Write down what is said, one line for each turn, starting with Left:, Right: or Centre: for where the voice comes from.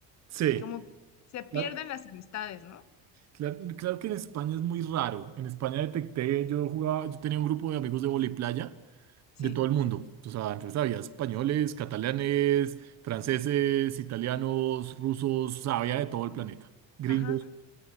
Right: Sí.
Left: como que se pierden
Right: La-
Left: las amistades, ¿no?
Right: cla- claro que en España es muy raro. En España detecté, yo jugaba, yo tenía un grupo de amigos de voleiplaya
Left: Sí,
Right: de todo el mundo. O sea, entonces había españoles, catalanes, franceses, italianos, rusos, o sea, había de todo el planeta. Gringos.
Left: ajá,